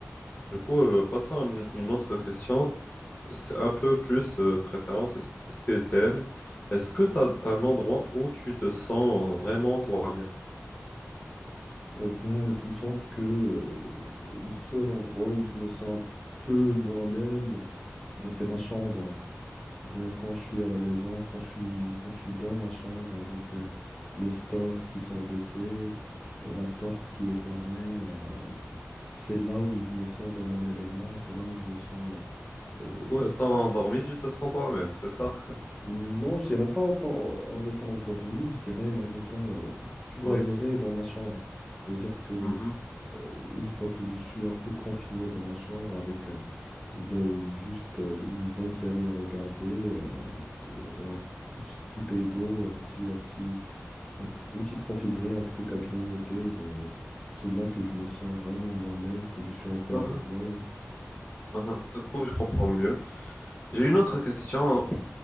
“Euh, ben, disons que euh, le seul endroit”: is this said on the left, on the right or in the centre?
Centre